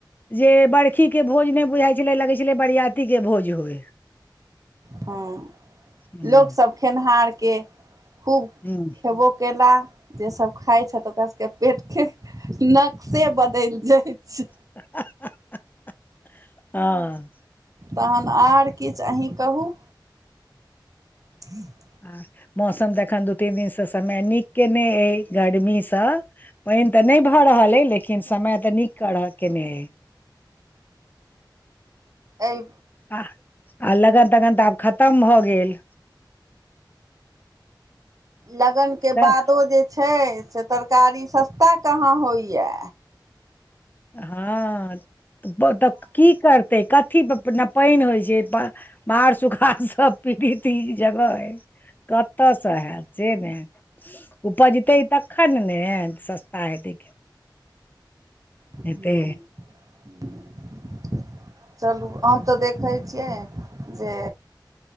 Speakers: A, on the left (about 25°); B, on the right (about 45°).
A: जे बड़खी के भोज ने बुझाई छले लगै छले बरियाती के भोज होय
B: हँ
A: ह
B: लोकसभ खेनिहारके। खूब
A: ह
B: खेबो कयला जे सभ खाइत छथि ओकरा सभके पेटके। नक्शे बदल जाय छै।
A: ह <unintelligible>
B: तखन आर किछु अही कहू। <inaudible>
A: आ मौसम तऽ एखन दू तीन दिनसँ समय नीक के ने ई गर्मीसँ। पानि तऽ नहि भऽ रहल अ लेकिन समय तऽ नीक कर केने अय।
B: एहि
A: आ आ लगन तगन तऽ आब खतम भऽ गेल।
B: लगन के
A: तऽ
B: बादो जे छै से तरकारी सस्ता कहाँ होइए।
A: हँ तऽ की करते कथी नय पानि होइ छै। जे मार सुखा सब पीड़ित जगह कतयसँ हयत से ने। उपजतै तखन ने सस्ता हेतै।
B: ह्म
A: हेतै
B: ह। चलू हम तऽ देखै छियै जे।